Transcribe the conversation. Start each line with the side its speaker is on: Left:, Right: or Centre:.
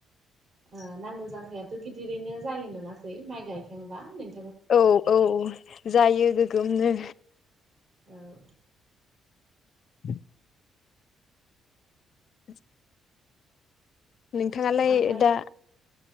Right: ओ नांगोल जांख्रायाथ' गिदिरैनो जायो नङासै माइ गायखांबा नों
Left: औ औ जायो गोगोमनो
Right: औ
Left: ओम <unintelligible> <unintelligible> नोंथाङालाय
Right: ओमफ्राय
Left: दा